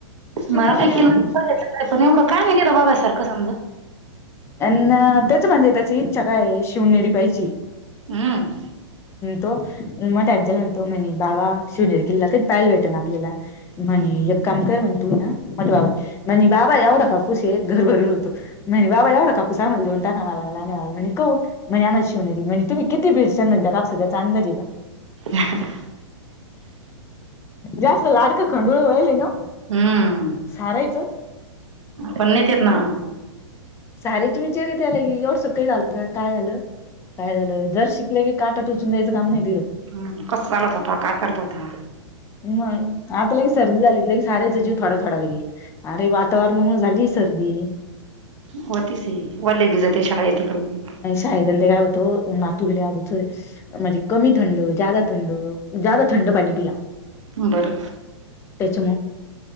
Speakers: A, on the left; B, on the right.
A: दुसर
B: मला
A: कोण
B: काय
A: आहे
B: केलं
A: ए
B: बघितलं पण एवढं काय नाही बघा सारंख समजा
A: अन तेच म्हणजेे त्याची इच्छा का आहे शिवनेरी पहायची
B: हम्म
A: तो मोठ्या आज्याला म्हणतो म्हणी बाबा शिवनेर किल्ला कध पायल भेटन आपल्याला म्हणी
B: हम्म
A: काम कर म्हण तू ना म्हणी बाबा एवढा का पुसेत घर भरून होतो म्हने बाबा एवढा कापूस आम्हाला देऊन टाका मला आणि लहान्या भावाला म्हणी कौन म्हणे आम्हाला शिवनु म्हणी तुमी काप सध्याचा अंदाजे का
B: <unintelligible>
A: जास्त लाडकं खंडुळ व्हायल ना
B: हम्म
A: सारायचं
B: पण नेतेेत ना
A: सारेच विचारी त्याला की एवढ सकळी काय झालं काय झालं जर शिकलंय की काटा टोचून द्यायचं काम नाही तिडं
B: हम्म कसं चालत होता, काय करत होता
A: म आता लगेच सर्दी झालीत लगी सारायचा जीव थोडा थोडा लगी अरे वातावरणामुळे झाली सर्दी
B: होतीसी वोले बीजाते शाळेेत तिकडं
A: का ते काय होतो नातू बी लई आगु सरे म्हणजे कमी थंड, जादा थंड, जादा थंड पाणी पिला
B: बरं.
A: त्याच्यामुळे